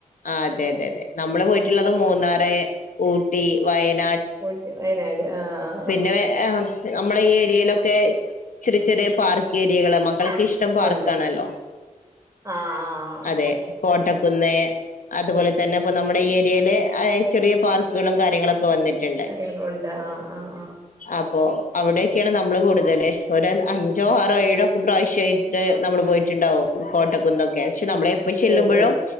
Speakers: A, on the left; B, on the right.
A: ആ അതെതെതെ നമ്മള് പോയിട്ടുള്ളത് മൂന്നാറ് ഊട്ടി വയനാ
B: പോയിട്ട് വയനാട് ആഹ്
A: പിന്നെ നമ്മളെ ഈ ഏരിയയിലൊക്കെ ചെറിചെറിയ പാർക്കേരിയകള് മൊ ക്കൾക്കിഷ്ടം
B: ആഹ്
A: പാർക്കാണല്ലോ
B: ഉണ്ട് ആഹ്
A: അതെ കോട്ടക്കുന്ന് അതുപോലെ തന്നെ പ്പൊ നമ്മുടെ ഈ ഏരിയല് അയെ ചെറിയ പാർക്കുകളും കാര്യങ്ങളൊക്കെ വന്നിട്ടുണ്ട്
B: കാര്യങ്ങളുണ്ട് ആഹ് ആഹ് ആഹ്
A: അപ്പൊ അവിടെയൊക്കെയാണ് നമ്മള് കൂടുതല് ഒരു അഞ്ചോ ആറോ ഏഴോ ഒക്കെ പ്രാവശ്യായിട്ട് നമ്മള് പോയിട്ടുണ്ടാവും കോട്ടക്കുന്നൊക്കെ ക്ഷെ നമ്മള് ചെല്ലുമ്പോഴും
B: ഓ ഓ